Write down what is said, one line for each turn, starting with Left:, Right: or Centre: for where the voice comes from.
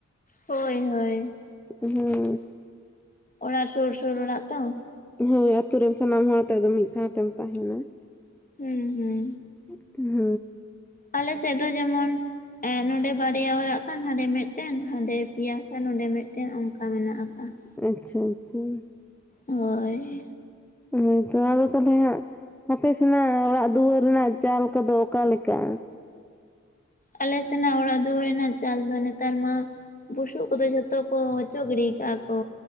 Left: ᱦᱳᱭ ᱦᱳᱭ ᱾
Centre: ᱦᱩᱸ ᱾
Left: ᱚᱲᱟᱜ ᱥᱳᱨ ᱥᱳᱨ ᱚᱲᱟᱜ ᱛᱚ ᱾
Centre: ᱦᱳᱭ, ᱟᱛᱳ ᱨᱮᱱ ᱥᱟᱱᱟᱢ ᱦᱚᱲ ᱛᱮᱫᱚ ᱢᱤᱫ ᱥᱟᱶᱛᱮᱢ ᱛᱟᱦᱮᱱᱟ ᱾
Left: ᱦᱩᱸ ᱦᱩᱸ ᱾
Centre: ᱦᱩᱸ ᱾
Left: ᱟᱞᱮ ᱥᱮᱫ ᱫᱚ ᱡᱮᱢᱚᱱ ᱮᱸ ᱱᱚᱸᱰᱮ ᱵᱟᱨᱭᱟ ᱚᱲᱟᱜ ᱠᱷᱟᱱ ᱦᱟᱸᱰᱮ ᱢᱤᱫᱴᱮᱱ ᱦᱟᱸᱰᱮ ᱯᱮᱭᱟ ᱠᱷᱟᱱ ᱱᱚᱰᱮ ᱢᱤᱫᱴᱮᱱ ᱚᱱᱠᱟ ᱢᱮᱱᱟᱜ ᱟᱠᱟᱜᱼᱟ ᱾
Centre: ᱟᱪᱪᱷᱟ ᱟᱪᱪᱷᱟ ᱾
Left: ᱦᱳᱭ ᱾
Centre: ᱦᱳᱭᱛᱚ ᱟᱫᱚ ᱛᱟᱦᱚᱞᱮ ᱦᱟᱸᱜ ᱟᱯᱮ ᱥᱮᱱᱟᱜ ᱚᱲᱟᱜ ᱫᱩᱣᱟᱹᱨ ᱨᱮᱱᱟᱜ ᱪᱟᱞ ᱠᱚᱫᱚ ᱚᱠᱟ ᱞᱮᱠᱟ?
Left: ᱟᱞᱮ ᱥᱮᱱᱟᱜ ᱚᱲᱟᱜ ᱫᱩᱣᱟᱹᱨ ᱨᱮᱱᱟᱜ ᱪᱟᱞ ᱫᱚ ᱱᱮᱛᱟᱨ ᱢᱟ ᱵᱩᱥᱩᱵ ᱠᱚᱫᱚ ᱡᱷᱚᱛᱚ ᱠᱚ ᱚᱪᱚ ᱜᱤᱰᱤ ᱠᱟᱜᱼᱟ ᱠᱚ